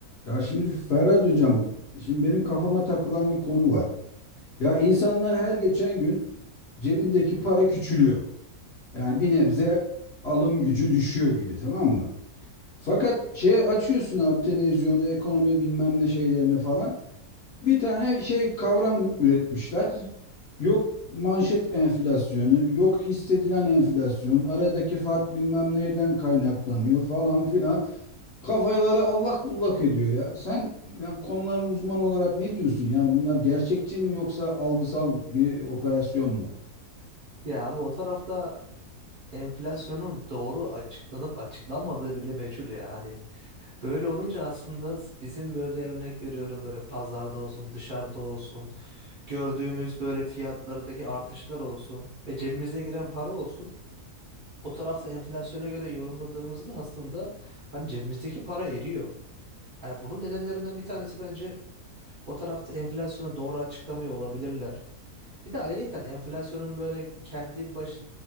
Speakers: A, on the left; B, on the right.
A: Ya şimdi Ferhat Hocam, şimdi benim kafama takılan bir konu var. Ya insanlar her geçen gün cebindeki para küçülüyor. Yani bir nebze alım gücü düşüyor gibi tamam mı? Fakat şeye açıyorsun abi televizyonu, ekonomi bilmem ne şeylerini falan. Bir tane şey kavram üretmişler. Yok manşet enflasyonu, yok hissedilen enflasyon, aradaki fark bilmem nereden kaynaklanıyor falan filan. Kafaları allak bullak ediyor ya. Sen yani konuların uzmanı olarak ne diyorsun? Yani bunlar gerçekçi mi yoksa algısal bir operasyon mu?
B: Ya abi o tarafta enflasyonun doğru açıklanıp açıklanmadığı bile meçhul ya. Hani böyle olunca aslında bizim böyle örnek veriyorum böyle pazarda olsun dışarıda olsun gördüğümüz böyle fiyatlardaki artışlar olsun ve cebimize giren para olsun. O tarafta enflasyona göre yorumladığımızda aslında hani cebimizdeki para eriyor. Hani bunun nedenlerinden bir tanesi bence o tarafta enflasyonu doğru açıklamıyor olabilirler. Bir de ayrıyeten enflasyonun böyle kendi baş